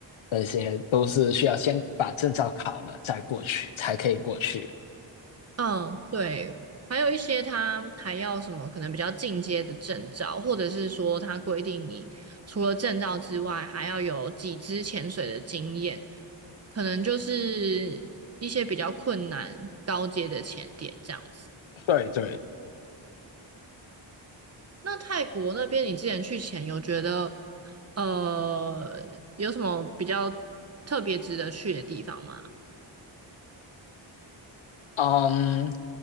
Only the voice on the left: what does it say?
那些都是需要先把证照考了再过去才可以过去。
对对，
嗯，